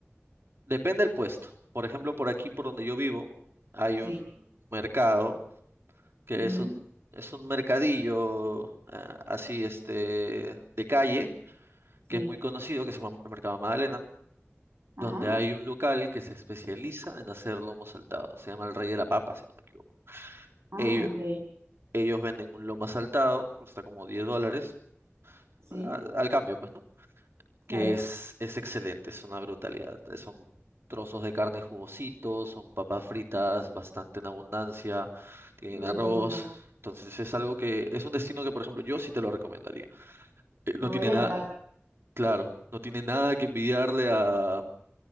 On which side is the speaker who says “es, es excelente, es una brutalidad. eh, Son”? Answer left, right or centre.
Right